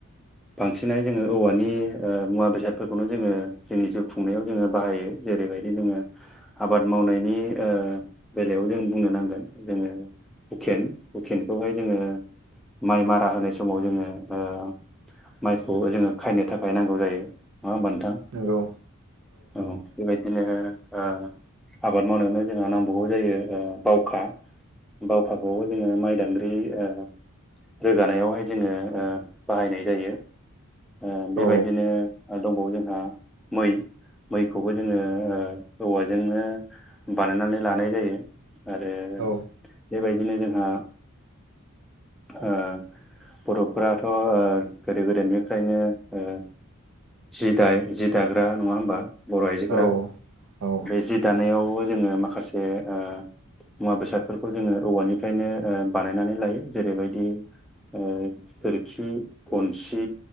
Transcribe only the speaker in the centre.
बांसिनहाय जोङो औवानि ओ मुवा बेसादफोरखौनो जोङो जोंनि जिउ खुंनायाव जोङो बाहायो। जेरैबायदि जोङो आबाद मावनायनि ओ बेलायाव जों बुंनो नांगोन जोङो हुखेन हुखेनखौहाय जोङो माइ मारा होनाय समाव जोङो ओ माइखौ जोङो खायनो थाखाय नांगौ जायो नङा होनबा नोंथां
औ। बेबायदिनो ओ आबाद मावनायावनो जोंहा नांबावगौ जायो ओ बावखा। बावखाखौबो जोङो माइदांग्रि ओ रोगानायावहाय जोङो ओ बाहायनाय जायो। ओ बेबायदिनो
ओ दंबावो जोंहा मै। मैखौबो जोङो ओ औवाजोंनो बानायनानै लानाय जायो। आरो बेबायदिनो
जोंहा ओ बर'फोराथ' ओ गोदो गोदायनिफ्रायनो ओ जि दाय जि दाग्रा नङा होमबा। बर' आइजोफोरा
बे जि दानायावबो जोङो माखासे ओ मुवा बेसादफोरखौ जोङो औवानिफ्रायनो ओ बानायनानै लायो जेरैबायदि ओ गोरखि गनसि